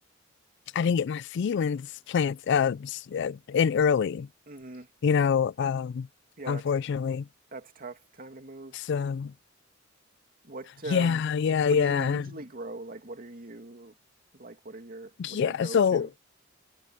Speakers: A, on the left; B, on the right.
A: I didn't get my seedlings plants uh s- uh, in early.
B: Mm-hmm.
A: you know, um,
B: Yeah,
A: unfortunately.
B: that's t that's tough. Time to move.
A: So,
B: What um,
A: yeah, yeah,
B: what
A: yeah.
B: do you usually grow? Like, what are you like? What are your what
A: Yeah,
B: are your go-to?
A: so